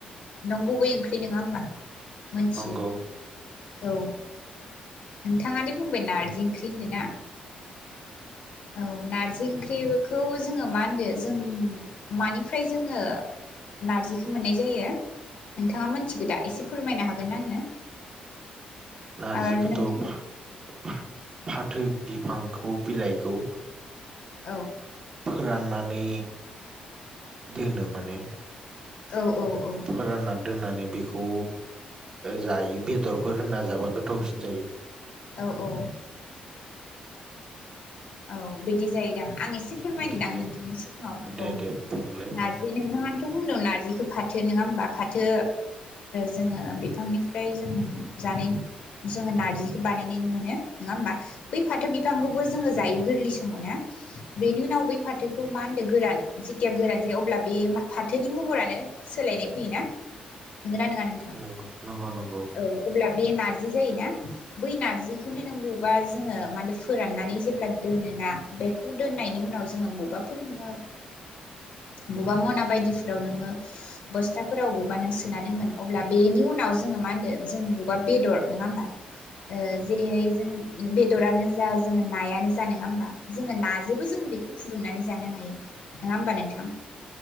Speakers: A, on the left; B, on the right.
A: नंगुबै ओंख्रि नोङा होमबा मोनथियो
B: नंगौ
A: औ नोंथाङादि बुंबाय नारजि ओंख्रि होनदों ना औ नारजि ओंख्रिखौ जोङो मा होनदों जों मानिफ्राय जोङो नारजिखौ मोननाय जायो नोंथाङा मोनथिगो दा एसे फोरमायनो हागोन आंनो
B: नारजिखौथ'
A: आरो नोंथां
B: फा फा फा थो बिफांखौ बिलाइखौ
A: औ
B: फोराननानै दोनो माने
A: औ औ औ
B: फोरानना दोननानै बे खौ जायो बेदरफोर होनना जाबा गोथावसिन जायो
A: औ औ औ बिदि जायोदां आं एसे फोरमायनोदां
B: बिदिनो जायो
A: नोंथांनि सिगाङाव
B: दे
A: औ
B: दे बुंलाय होमबा
A: नारजि नोंथाङानोथ' बुंदों नारजिखौ फाथो नोङा होमबा फाथो जोङो बिफांनिफ्राय जों जानाय जोङो नारजिखौ बानायनाय मोनो नङा होमबा बै फाथो बिफांखौबो जोङो जायो गोरलै समावना बेनि उनाव बै फाथोखौ मा होनदों गोरान जेथिया गोरान जायो अब्ला बे फाथोनि महरानो सोलायनाय फैयोना नोंगोना नङा नोंथां
B: नंगौ नंगौ नंगौ
A: औ अब्ला बे नारजि जायोना बै नारजिखौनो नों बबावेबा जोङो माने फोराननानै जे <unintelligible> दोनोना बे दोनायनि उनाव जोङो बबेबाफोर नो बबेबा मना बायदिफोराव नोङो बस्थाफोराव बबेबा नों सोना दोनगोन अब्ला बेनि उनाव जोङो मा होनो जों बबेबा बेदर नङा होमबा जेरैहाय जों बेदरानो जा जो नायानो जा नङा होमबा जोङो नाजोबो जों बेखौ फुदुंनानै जानो हायो नङा होमबा नोंथां